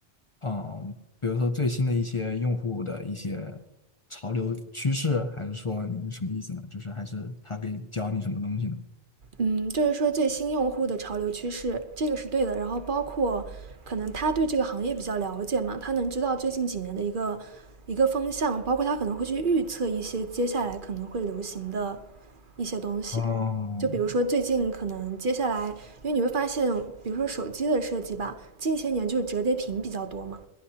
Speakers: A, on the left (about 35°); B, on the right (about 55°).
A: 嗯，呃比如说最新的一些用户的一些潮流趋势，还是说你什么意思呢？就是还是他给你教你什么东西呢？
B: 嗯，就是说最新用户的潮流趋势，这个是对的。然后包括可能他对这个行业比较了解嘛，他能知道最近几年的一个一个风向，包括他可能会去预测一些接下来可能会流行的一些东西。
A: 哦，
B: 就比如说最近可能接下来，因为你会发现，比如说手机的设计吧，近些年就是折叠屏比较多嘛，